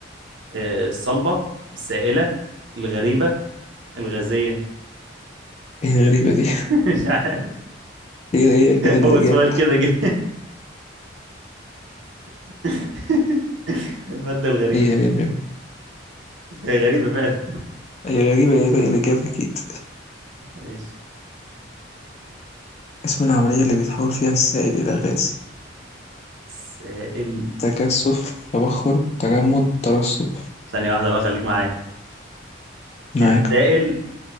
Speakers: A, on the right; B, on the left.
A: أه، الصلبة السائلة الغريبة الغازية
B: ايه الغريبة دي
A: <laughs> مش عارف
B: <laughs> هي هي أكيد الإجابة
A: هو سؤال كده جه <laughs> المادة الغريبة
B: هي هي الغيب
A: هي غريبة فعلا
B: هي غريبة هي هي الإجابة أكيد
A: ماشي
B: اسم العملية اللي بيتحول فيها السائل إلى غاز
A: سائل
B: تكثف تبخر تجمد ترسب
A: ثانية واحدة بقى خليك معايا
B: معاك
A: من السائل